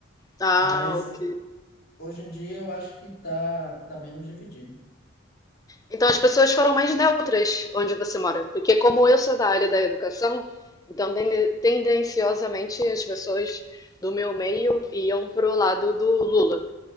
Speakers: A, on the left; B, on the left.
A: Ah,
B: Mas
A: ok.
B: hoje em dia eu acho que tá, tá menos dividido.
A: Então as pessoas foram mais neutras onde você mora, porque como eu sou da área da educação, então tende- tendenciosamente as pessoas do meu meio iam pro lado do Lula.